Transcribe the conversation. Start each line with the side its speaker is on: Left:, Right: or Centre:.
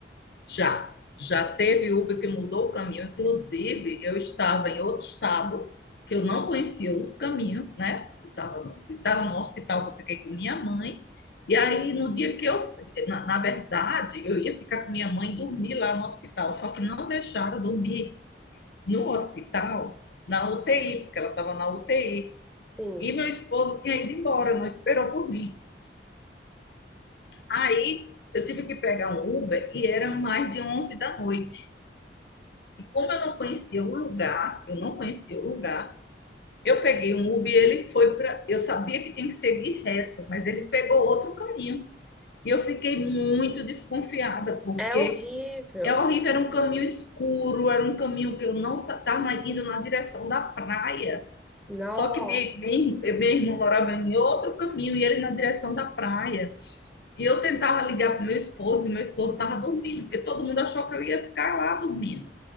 Left: Já, já teve Uber que mudou o caminho. Inclusive, eu estava em outro estado, que eu não conhecia os caminhos, né? Eu estava estava no hospital que eu fiquei com minha mãe. E aí, no dia que eu, na, na verdade, eu ia ficar com minha mãe e dormir lá no hospital, só que não deixaram dormir no hospital, na UTI, porque ela estava na UTI.
Centre: Sim.
Left: E meu esposo tinha ido embora, não esperou por mim. Aí, eu tive que pegar um Uber e era mais de 11 da noite. E como eu não conhecia o lugar, eu não conhecia o lugar, eu peguei um Uber e ele foi para. Eu sabia que tinha que seguir reto, mas ele pegou outro caminho. E eu fiquei muito desconfiada, porque
Centre: É horrível.
Left: é horrível, era um caminho escuro, era um caminho que eu não estava indo na direção da praia.
Centre: Nossa.
Left: Só que minha, minha, minha irmã morava em outro caminho e ele na direção da praia. E eu tentava ligar para o meu esposo, e meu esposo estava dormindo, porque todo mundo achou que eu ia ficar lá dormindo